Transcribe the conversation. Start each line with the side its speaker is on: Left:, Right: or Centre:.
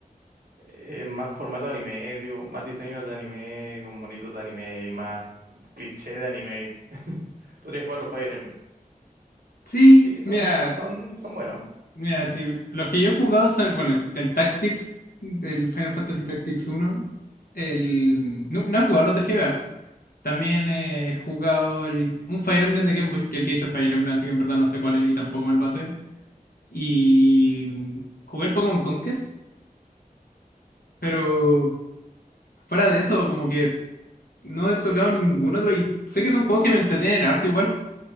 Right: eh, más formato de anime, digo, más diseños de anime, con bonitos de anime y más cliché de anime, <laughs> podrías jugar los Fire Emblem.
Left: Sí,
Right: Sí, son,
Left: mira,
Right: son, son buenos.
Left: mira, sí. Los que yo he jugado son, bueno, el Tactics, del Final Fantasy Tactics uno El, no, no he jugado los de GBA. También eh, he jugado el, un Fire Emblem de Game Boy, que el que hice es Fire Emblem, así que en verdad no sé cuál es y tampoco me lo pasé. Y mm, jugué el Pokémon Conquest, pero fuera de eso, como que no he tocado ningún otro. Y sé que son juegos que me entretienen harto igual,